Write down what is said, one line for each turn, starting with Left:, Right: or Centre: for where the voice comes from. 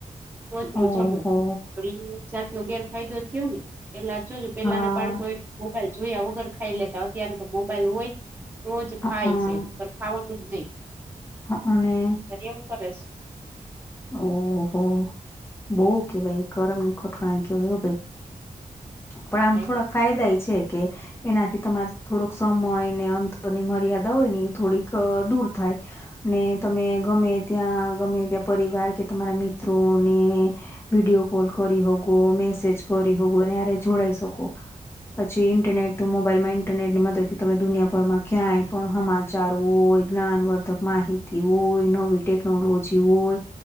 Right: તો
Left: ઓહો
Right: જુંજમુ એ જાત નો ગેર ફાયદો થયો ને એટલા જોજ પેલાના
Left: હા
Right: બાળકો એ મોબાઈલ જોયા વગર ખાઈ લેતા અત્યારે તો મોબાઈલ હોય. તો જ
Left: હા
Right: ખાય છે, ખાવાનું જ નહી
Left: હ અને
Right: ફ એું પરસ
Left: ઓહો બહ કેવાય ગરમ ની કોોઠણ કેવાય એવું ભાઈ
Right: હા
Left: પણ આમ
Right: ભાઈ
Left: થોડાક ફાયદા એ છે, કે એનાથી તમારે થોડોક સમય ને અંતરની મર્યાદા હોય ને થોડીક દૂર થાય. ને તમે ગમે ત્યાં ગમે ત્યાં પરિવાર કે તમારા મિત્રો ને વિડીિયો કોલ કરી હોગો મેસેજ કરી હોગો ને્યારે જોડાઈ શકો પછી ઇન્ટરનેટ
Right: હા
Left: મોબાઈલ મા ન્ટરનેટ ની મદદથી તમે દુનિયાભરમાં ક્યાંય પણ સમાચારવોય જ્ઞાનવર્ધક માહિતી તેવ હોય નવી ટેકનોલોજી હોય.